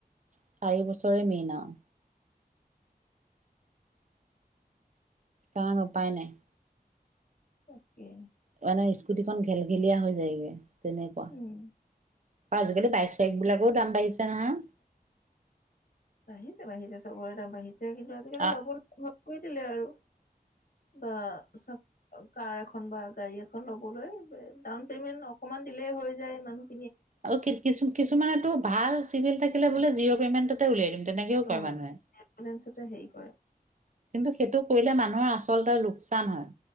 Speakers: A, on the right; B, on the left.
A: চাৰি বছৰে মেইন আও। কাৰণ উপায় নাই।
B: তাকে।
A: মানে স্কুটিখন ঘেলঘেলীয়া হৈ যায়গৈ তেনেকুৱা।
B: উম
A: আজিকালি বাইক চাইক বিলাকৰ দাম বাঢ়িছে নহয়।
B: বাঢ়িছে বাঢ়িছে চবৰে দাম বাঢ়িছে কিন্তু আজিকালি
A: আহ
B: লগৰ লগ কৰি দিলে আৰু বা, চা কাৰ এখন বা গাড়ী এখন লবলৈ ডাউন পেমেন্ট অকমান দিলেই হৈ যায় মানুহ
A: আৰু কিছুমানেতটো ভাল চিভিল থাকিলে বোলে জিৰ' পেমেণ্ট উলিয়াই দিম তেনেকেও কৰে
B: অ
A: মানুহে।
B: ফাইনেন্সতে হেৰি কৰে।
A: কিন্তু সেইটো কৰিলে মানুহৰ আচলতে লোকচান হয়।